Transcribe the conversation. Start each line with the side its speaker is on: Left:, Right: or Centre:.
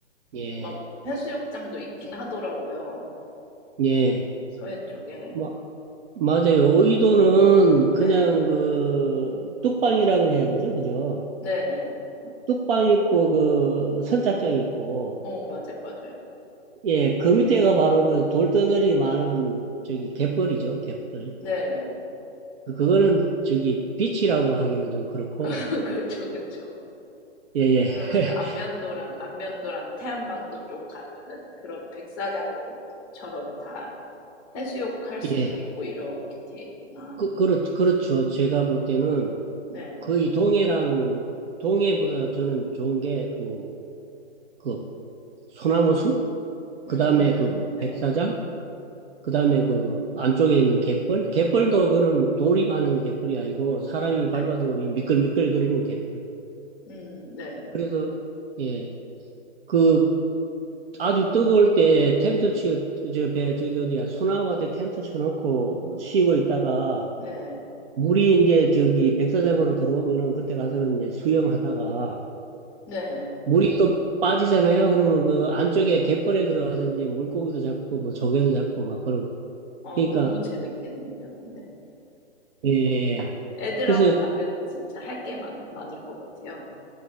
Right: 예.
Left: 막 해수욕장도 있긴 하더라고요.
Right: 예.
Left: 서해 쪽에.
Right: 뭐 맞아요. 오이도는 그냥
Left: 네.
Right: 그 뚝방이라고 해야 되죠. 그죠?
Left: 네.
Right: 뚝방 있고 그 선착장 있고
Left: 어, 맞아요, 맞아요.
Right: 예, 그 밑에가 바로 그 돌덩어리 많은 저기 갯벌이죠, 갯벌.
Left: 네.
Right: 그- 그거는 저기 비치라고 하기는 좀 그렇고,
Left: <laughs> 그쵸, 그쵸.
Right: 예, 예,
Left: 그러면
Right: <laughs>
Left: 안면도랑 안면도랑 태안반도 쪽 가면은 그런 백사장처럼 다 해수욕 할 수도
Right: 예.
Left: 있고 이렇게 돼 있구나.
Right: 그, 그렇, 그렇죠. 제가 볼 때는
Left: 네.
Right: 거의 동해랑, 동해보다 저는 좋은 게 그, 그 소나무 숲, 그
Left: 음,
Right: 다음에 그
Left: 네.
Right: 백사장, 그 다음에 그 안쪽에 있는 갯벌. 갯벌도 그거는 돌이 많은 갯벌이 아니고 사람이
Left: 네.
Right: 밟아도 미끌미끌거리는 갯벌.
Left: 음, 네.
Right: 그래서, 예. 그 아주 뜨거울 때 텐트 치고, 저, 배, 저기 어디야, 소나무한테 텐트 쳐놓고 쉬고 있다가,
Left: 네.
Right: 물이 이제 저기 백사장으로 들어오면은 그때 가서는 이제 수영하다가,
Left: 네.
Right: 물이 네. 또 빠지잖아요. 그러면 그 안쪽에 갯벌에 들어가서 이제 물고기도 잡고, 뭐 조개도 잡고 막 그러고.
Left: 어,
Right: 그러니까,
Left: 너무 재밌겠는데요, 근데.
Right: 예, 예. 예.
Left: 애들하고
Right: 그래서,
Left: 가면은 진짜 할 게 많을 것 같아요.